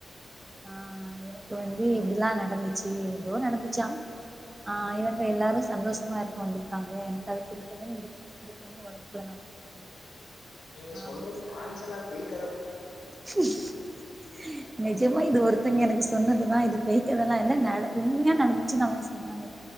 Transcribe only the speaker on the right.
ஆஹ் எனக்கு வந்து இப்டிலா நடந்துச்சு எதோ நடந்துச் ச்சா ஆஹ் இவங்க எல்லாரு சந்தோஷமா இருக்க வந்திருக்காங்க எனக்கு அது புடிக்கலனு இது இந்த பொண்ணு ஒடம்புக்குள்ள நா வந்துட்டே
ஆ
அப்டின்னு சொ
<unintelligible> நிஜமா இது ஒருத்தங்க எனக்கு சொன்னதுதா இது பேய்க்கதெல்லா இல்ல நட உண்மையா நடந்துச்சுன்னு அவங்க சொன்னாங்க